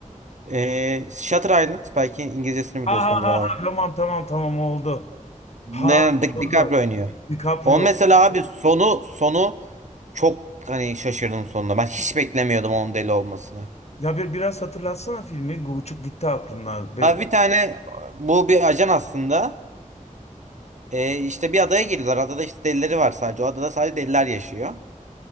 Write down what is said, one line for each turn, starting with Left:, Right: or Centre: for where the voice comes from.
Right: E, Shutter Island belki İngilizcesini biliyorsundur
Left: Ha ha ha
Right: abi.
Left: ha, tamam tamam tamam oldu. Ha
Right: Leonardo Di-
Left: doğru.
Right: DiCaprio oynuyor.
Left: DiCaprio.
Right: O mesela abi sonu sonu çok hani şaşırdım sonunda. Ben hiç beklemiyordum onun deli olmasını.
Left: Ya bir, biraz hatırlatsana filmi. Uçup gitti aklımdan. Ve,
Right: Abi bir tane bu bir ajan aslında. E, işte bir adaya giriyorlar. Adada işte delileri var sadece. O adada sadece deliler yaşıyor.